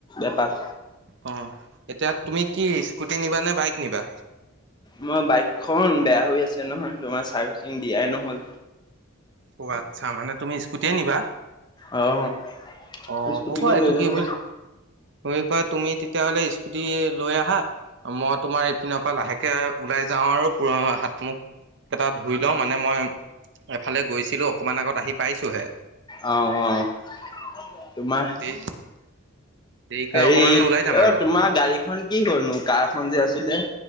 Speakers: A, on the left; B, on the right.
A: এপাক।
B: অ', এতিয়া তুমি কি স্কুটি নিবা নে বাইক নিবা?
A: মই বাইকখন বেয়া হৈ আছে নহয়, তোমাৰ চাৰ্ভিচিং দিয়াই নহ'ল।
B: অ', আচ্ছা, মানে তুমি স্কুটিয়ে নিবা?
A: অ'
B: অ',
A: স্কুটিকে
B: হ'ব এইটো
A: লৈ যাম
B: কি
A: গৈ
B: বুল <unintelligible> কয় তুমি তেতিয়া হ'লে স্কুটি লৈ আহা, মই তোমাৰ এইপিনৰ পৰা লাহেকে ওলাই যাওঁ আৰু পোৰা হাত মুখ এটা ধুই লওঁ, মানে মই এফালে গৈছিলোঁ অকমান আগত আহি পাইছোঁ হে।
A: অ', অ', তোমাৰ।
B: দেৰি দেৰিকে
A: হেৰি
B: অকমান ওলাই যাম আৰু
A: অ', তোমাৰ গাড়ীখন কি হ'লনো, কাৰ খন যে আছিলে?